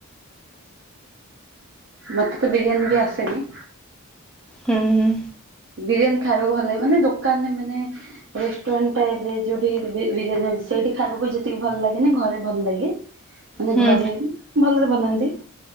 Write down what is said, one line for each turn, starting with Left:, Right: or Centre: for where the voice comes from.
Right: ମତେ ତ ବିରିୟାନୀ ବି ଆସେନି।
Centre: ହୁଁ ହୁଁ।
Right: ବିରିୟାନୀ ଖାଇବାକୁ ଭଲ ଲାଗେ ମାନ ମାନେ ରେସଟୁରାଣ୍ଟ ଟାଇପ୍ ଯୋଉଠି ବିରିୟାନ ଅଛି। ସେଇଠି ଖାଇବାକୁ ଯେତିକି ଭଲ ଲାଗେନ ଘରେ ଭଲ ଲାଗେ ମାନେ
Centre: ହୁଁ
Right: ଘରେ ଭଲ ବଲନ୍ତି